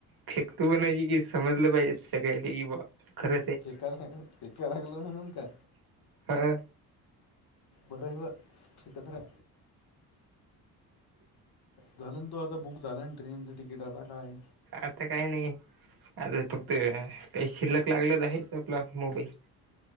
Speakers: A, on the right; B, on the left.
A: फेकतो पण क की समजलं पाहिजे स काहीले की बा. खरंच आहे
B: फिक लागल फिक लागल म्हणून का.
A: हा
B: बरे ठकत नाही. झालं तो आता बुक झाला ना ट्रेनचं तिकीट आता काय.
A: आता काय नाही आता फक्त काही शिल्लक लागलच आहेच आपला मोबाईल.